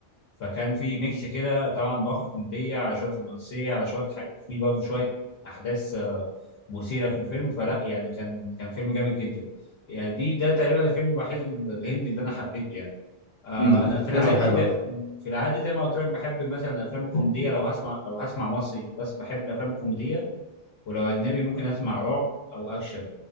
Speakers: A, on the left; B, on the left.
A: فكان في ميكس كده طبعا مواقف كوميديه على شويه رومانسيه على شويه ح- في برضه شويه احداث آه، مثيرة في الفيلم فلا يعني كان كان فيلم جامد جدا يعني دي ده تقريبا الفيلم الوحيد ال- الهندي اللي انا حبيته يعني آه
B: مم،
A: انا
B: فكرته
A: في العادي
B: حلوة
A: ده في العادي زي ما قلت لك بحب مثلا الافلام الكوميديه لو هسمع لو هسمع مصري بس بحب الافلام الكوميديه ولو اجنبي ممكن اسمع رعب او اكشن